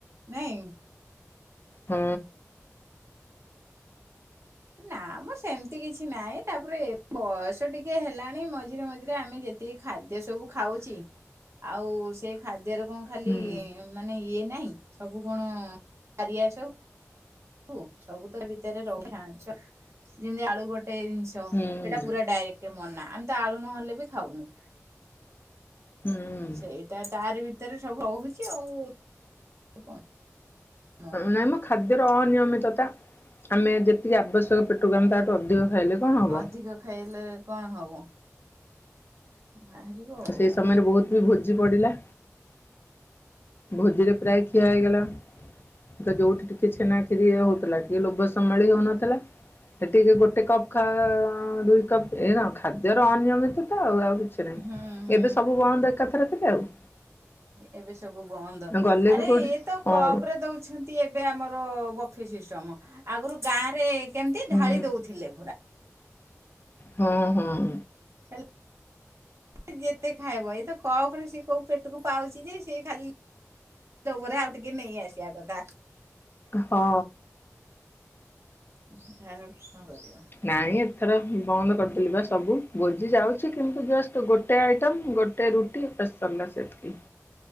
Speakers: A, on the right; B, on the left.
A: ନାଇଁ।
B: ହୁଁ।
A: ନା ମ ସେମିତି କିଛି ନାଇଁ। ତାପରେ ବୟସ ଟିକେ ହେଲାଣି ମଝିରେ ମଝିରେ ଆମେ ଯେତିକି ଖାଦ୍ୟ ସବୁ ଖାଉଚେ। ଆଉ ସେଇ ଖାଦ୍ୟରେ କଣ ଖାଲି
B: ହୁଁ
A: ମାନେ ଇଏ ନାହିଁ ସବୁ କଣ ପାରିଆ ସବୁ। ଉ ସବୁ ତ ତା ଭିତରେ <unintelligible> ଯେମିତି ଆଳୁ ଗୋ ଗୋଟାଏ ଜିନିଷ
B: ହୁଁ
A: ସେଟା ପୁରା ଡାଇରେକ୍ଟ ମନା ଆମେ ତ ଆଳୁ ନହେଲେ ବି ଖାଉନୁ।
B: ହୁଁ
A: ସେଇଟା ତାରି ଭିତରେ ସବୁ ରହୁଚି ଆଉ କଣ? ହୁଁ।
B: ନାଇଁ ମ ଖାଦ୍ୟର ଅନିୟମିତତା ଆମେ ଯେତିକି ଆବଶ୍ୟକ ପେଟୁକୁ ଆମେ ତାଠୁ ଅଧିକ ଖାଇଲେ କଣ ହବ
A: ଅଧିକ ଖାଇଲେ କଣ ହବ? ବାହାରିବ ଆଉ
B: ସେଇ
A: ହଁ।
B: ସମୟରେ ବହୁତ ବି ଭୋଜି ପଡିଲା। ଭୋଜିରେ ପ୍ରାୟ ଖୀ ଠିଆ ହେଇଗଲା ତ ଯୋଉଠି ଟିକେ ଛେନା ଖିରି ହଉଥିଲା ଟିକେ ଲୋଭ ସମ୍ଭାଳି ହଉନଥିଲା। ହେଟିକେ ଗୋଟେ କପ୍ ଖା ଦୁଇ କପ୍ ଏ ନ ଖାଦ୍ୟର ଅନିୟମିତତା ଆଉ ଆଉ କି <unintelligible>
A: ହୁଁ ହୁଁ
B: ଏବେ ସବୁ ବନ୍ଦ ଏକାଥର କରେ ଆଉ।
A: ଏବେ ସବୁ ବନ୍ଦ
B: ଗଲେ
A: ଆରେ
B: ବି କୋଉଠି
A: ଇଏ ତ
B: ହଁ
A: କପ ରେ ଦଉଛନ୍ତି ଏବେ ଆମର ବ ଫି ସିଷ୍ଟମ ଆଗୁରୁ ଗାଁ ରେ କେମିତି
B: ହୁଁ
A: ଢାଳି ଦଉଥିଲେ ପୁରା।
B: ହଁ ହଁ।
A: ହେଲ୍ ଯେତେ ଖାଇବ ଏଇତ କପ୍ ରେ ସିଏ କୋଉ ପେଟୁକୁ ପାଉଛି ଯେ ସିଏ ଖାଲି ତା ଉପରେ ଆଉ ଟିକେ ନେଇ ଆସିବା କଥା।
B: ହଁ।
A: ଆହୁରି କଣ କରିବା।
B: ନାଇଁ ଏଥର ବନ୍ଦ କରିଦେଲି ବା ସବୁ ଭୋଜି ଯାଉଚି କିନ୍ତୁ ଜଷ୍ଟ ଗୋଟେ ଆଇଟମ ଗୋଟେ ରୁଟି ବାସ୍ ସରିଲା ସେତିକି।